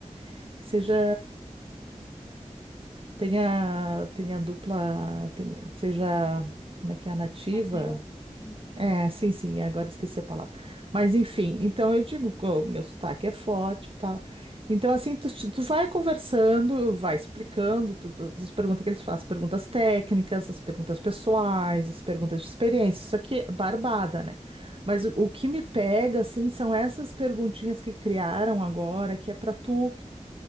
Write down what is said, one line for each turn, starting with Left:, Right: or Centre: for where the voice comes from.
Right: que seja tem a, tem a dupla, tem, seja, como é que é a nativa?
Left: mais neutro, assim, né?
Right: É, sim, sim, agora esqueci a palavra. Mas enfim, então eu digo que o meu sotaque é forte e tal. Então, assim, tu, tu vai conversando, vai explicando tudo, as perguntas que eles fazem, perguntas técnicas, as perguntas pessoais, as perguntas de experiência, isso aqui é barbada, né? Mas o, o que me pega, assim, são essas perguntinhas que criaram agora, que é para tu